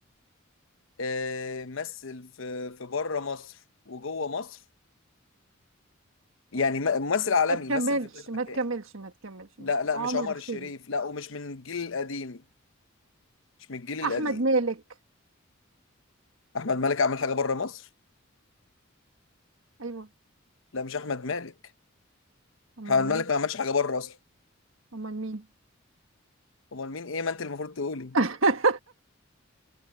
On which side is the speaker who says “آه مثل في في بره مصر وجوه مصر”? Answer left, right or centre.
Left